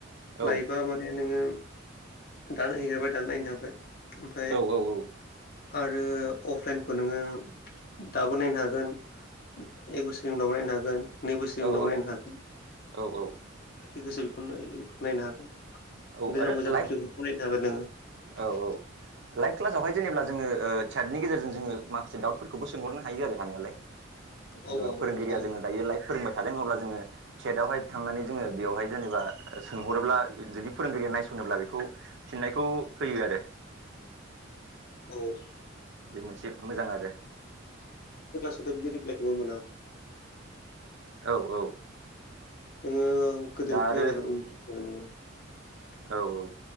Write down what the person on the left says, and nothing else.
लाइफा माने नोङो दानो हैैगारबाय दानो नायनो हाबाय ओमफाय
आरो अफलाइनखौ नोङो दाबो नायनो हागोन एक बोसोरनि उनावबो नायनो हागोन नै बोसोरनि
उन दाव नायनो हागोन
जि गोसो बेखौनो नायनो हागोन।
गोजाम
गोजाम
भिडियअखौ फरायनो हागोन नोङो
औ
नाथाय
<unintelligible>
क्लास <unintelligible>
नोङो गोदोनिखौ
नायनांगोन <unintelligible>